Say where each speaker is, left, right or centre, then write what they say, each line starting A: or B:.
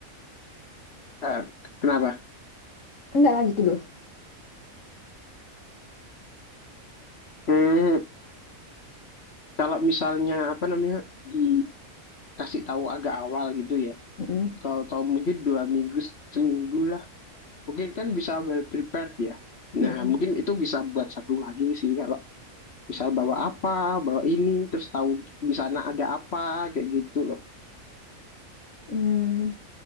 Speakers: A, on the left; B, on the left.
A: eh, kenapa?
B: Enggak lanjut dulu.
A: Hmm, kalau misalnya apa namanya dikasih tahu agak awal gitu ya.
B: Mm-mm.
A: Tahu-tahu mungkin dua minggu seminggu lah. Mungkin kan bisa well prepared ya. Nah
B: Mm-mm.
A: mungkin itu bisa buat satu lagi sih kalau misal bawa apa, bawa ini, terus tahu di sana ada apa, kayak gitu loh.
B: Hmm,